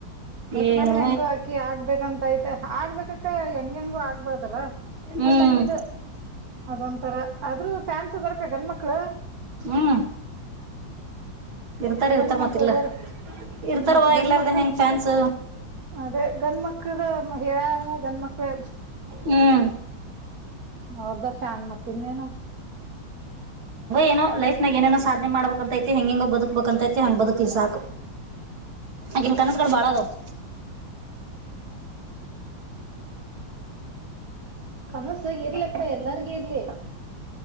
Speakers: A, on the right; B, on the right.
A: ಒಟ್ನಲ್ಲಿ
B: ಏನು
A: ಹೆಂಗು ಹಾಕಿ ಆಗ್ಬೇಕಂತ ಐತೆ ಆಗ್ಬೇಕಕ್ಕ ಹೆಂಗ ಹೆಂಗೋ ಆಗ್ಬಾರ್ದಲ್ಲಾ.
B: ಹ್ಮ್
A: ಒಟ್ಟ ಅಕಿದ. ಅದೊಂಥರ ಆದ್ರೂ ಫ್ಯಾನ್ಸ್ ಅದಾರಕ್ಕ ಗಂಡ ಮಕ್ಳು.
B: ಹ್ಮ. ಇರ್ತಾರ
A: ಗಂಡ
B: ಇರ್ತಾರ
A: ಮಕ್ಳು
B: ಮತ್ತಲ್ಲ
A: ಅದಾರ
B: ಇರ್ತಾರವಾ
A: ಮತ್ ಗಂಡ
B: ಇರಲ್ಲಾರ್ದ
A: ಮಕ್ಳು
B: ಹೆಂಗ್ ಫ್ಯಾನ್ಸ್
A: ಅದೇ ಗಂಡ್ಮಕ್ಳದ ಮಹಿಳಾನು ಗಂಡ ಮಕ್ಳೆ.
B: ಹ್ಮ್
A: ಅವ್ರದ ಫ್ಯಾನ ಮತ್ತ ಇನ್ನೇನು.
B: ಏನೋ ಲೈಫ್ ಏನ ಸಾಧನೆ ಮಾಡಬೇಕ ಅಂತೈತಿ ಹೆಂಗ ಬದುಕ್ಬೇಕಂತೈತಿ ಹಂಗ್ ಬದುಕ್ ಸಾಕು ಆಕೆನ್ ಕನಸುಗಳು ಬಹಳ ಅದುಹ್ಮ್
A: ಕಮಸ ಎರಿಲಪ್ಪ ಎಲ್ಲ ಎಲ್ಲಾರ್ಗ ಇರ್ಲಿ